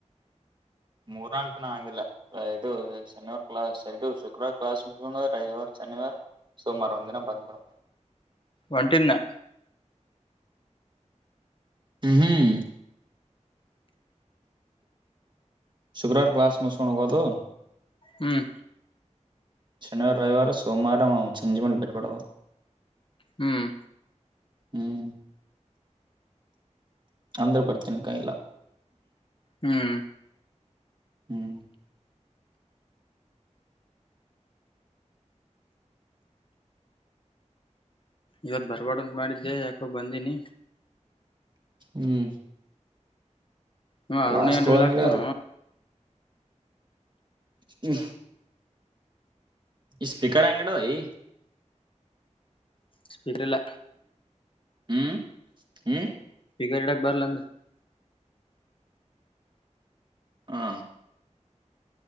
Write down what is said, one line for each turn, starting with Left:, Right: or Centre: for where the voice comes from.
Right: ಮೂರ್ನಾಂಕು ದನ ಹಂಗಿಲ್ಲ ಇದು ಶನಿವಾರ ಕ್ಲಾಸ್ ಇದು ಶುಕ್ರವಾರ ಕ್ಲಾಸ್ ಮುಂಕೊಂಡುರೆ ಐವಾರ ತನವಾರ ಸುಮಾರು ಒಂದಿನ ಬಂದ್ ಮಾಡಡ
Left: ಒಂಟಿನ
Right: ಹ್ಮ ಹ್ಮ್ ಶುಕ್ರವಾರ ಕ್ಲಾಸ್ ಮ ಶುಣಕದು
Left: ಹ್ಮ್
Right: ಶನಿವಾರ ರವಿವಾರ ಸೋಮವಾರವು ಚಂಜಿಮಂಡಿ ಬಿಟ್ಟಬಡಬ
Left: ಹ್ಮ್
Right: ಹ್ಮ್ ಅಂದ್ರ ಪ್ರಚನೆ ಕ ಇಲ್ಲ
Left: ಹ್ಮ್
Right: ಹ್ಮ್
Left: ಇವತ್ ಬರ್ಬಡಂತ ಮಾಡಿದ್ದೆ ಯಾಕೋ ಬಂದಿನಿ
Right: ಹ್ಮ್
Left: ಹಾ
Right: ಕ್ಲಾಸ್
Left: ಅರುಣನ್ರಿ
Right: ತೊಳಂಗಿಲ್ಲ
Left: ಆಗ್ತನ
Right: ಹ್ಮ ಈ ಸ್ಪೀಕರ್ ಹೆಂಗಿಡದ್ಧಾಯಿ
Left: ಸ್ವೀಟ್ ಇಲ್ಲ
Right: ಹ್ಮ್ ಹ್ಮ
Left: ಗರ್ ಇಡಕ್ ಬರ್ಲ ಅಂದ
Right: ಹಾ